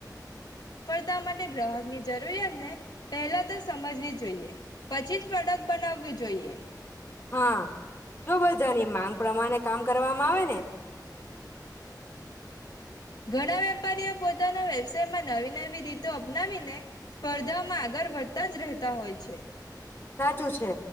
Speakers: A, on the left; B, on the left.
A: તા માટે ગ્રાહકની જરૂરિયાતને પહેલા તો સમજવી જોઈએ. પછી જ પ્રોડક્ટ બનાવી. જોઈએ.
B: હા, જો બઘાની માંગ પ્રમાણે કામ કરવામાં આવેને
A: ઘણા વેપારીઓ પોતાના સેર મા નવી નવી રીતો અપનાવીને સ્પર્ધામાં આગળ વધતા જ રહેતા હોય છે.
B: સાચું છે.